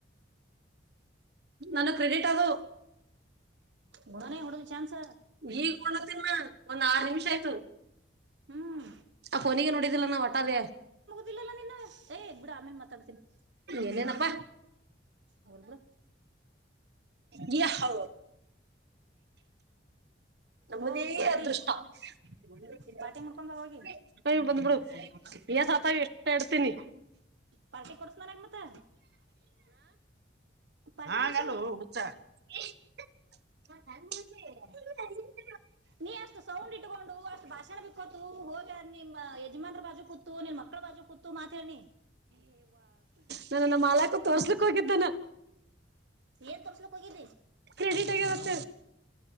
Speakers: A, on the right; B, on the right.
A: ನನ್ನ ಕ್ರೆಡಿಟ್ ಅದು.
B: ಬುಡನೆ ಹೊಡ್ದು ಚಾನ್ಸ್.
A: ಈಗ್ ನೋಡ್ಲತಿನ್ ನಾ ಒಂದ್ ಆರು ನಿಮಿಷ ಆಯ್ತು
B: ಹ್ಮ್
A: ಆ ಫೋನಿಗೆ ನೋಡಿದಿಲ್ಲ ನಾವ್ ಅಟಾವೆ.
B: ತಿಲಲ್ಲ ನಿನು ಏ ಬಿಡು ಆಮೇಲ್ ಮಾ ತರ್ತಿನ್
A: ಏನೇನಪ್ಪಾ
B: ಮೂರ್ಬಿಡ.
A: ಗೆ ಹಾ ನಮ್ಮದೇ
B: ಹೋಗ್ ಪಾರ್ಟಿ
A: ಅದೃಷ್ಟ <unintelligible>
B: ಪಾರ್ಟಿ ಮಾಡ್ಕೊಂಬ ಹೋಗಿ
A: ಬಂದ್ಬಿಡು. ಏ ಸತ ಎಷ್ಟ ಇಡ್ತೀನಿ.
B: ಪಾರ್ಟಿ ಕೊಡ್ಸ ನನಗ್ ಮತ್ತ ಪಾರ್ಟಿ
A: ಹಾ
B: ಕೊಡ್ಸು
A: ಹಂಗಲೋ. <unintelligible>
B: ನೀ ಅಷ್ಟು ಸೌಂಡ್ ಇಟ್ಕೊಂಡು ಅಷ್ಟು ಭಾಷಣ ಬಿಕ್ಕಕೊತು ಹೋಗಿ ನಿಮ್ಮ ಯಜಮಾನ್ರ ಬಾಜು ಕೂತು ನಿನ್ ಮಕ್ಳು ಬಾಜ್ ಜು ಕುತು ಮಾತೆಳ್ ನಿ.
A: ನಾನುನ್ನ ಮಾಲಾಕ ತೋರ್ಲಿಕ್ ಹೋಗಿದ್ದೇನ
B: ಏನ್ ತರ್ಸ್ಲಿಕ್ ಹೋಗೀದೇ
A: ಕ್ರೆಡಿಟ್ ಆಗ ಬತ್ತ